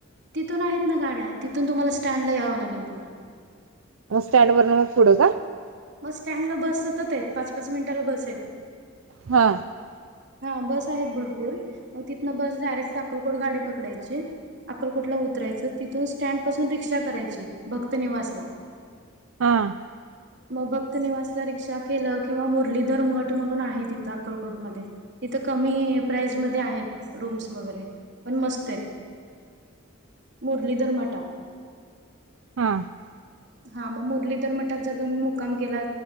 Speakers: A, on the right; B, on the right.
A: तिथून आहे गाड्या तिथून तुम्हाला स्टँडला याव लागेल पुन
B: मग स्टँड वर पुडू का
A: मग स्टँडला बस सतत आहेत पाच पाच मिनटाला बस आहेत
B: हा
A: हा बस आहेत भरपूर मग तिथनं बस डायरेक्ट अकलकोट गाडी पकडायची अकलकोटला उतरायचं तिथून स्टँड पासून रिक्षा करायची भक्त निवासला
B: हा
A: मग भक्त निवासला रिक्षा केलं किंवा मुरलीधर मठ म्हणून आहे तिथं अकलकोटमध्ये तिथं कमी प्राईजमध्येध्ये आहेत रूम्स वगैरे पण मस्त आहेत मुरलीधर मटात
B: हा
A: हा मग मुरलीधर मटात जर तुम्ही मुकाम गेला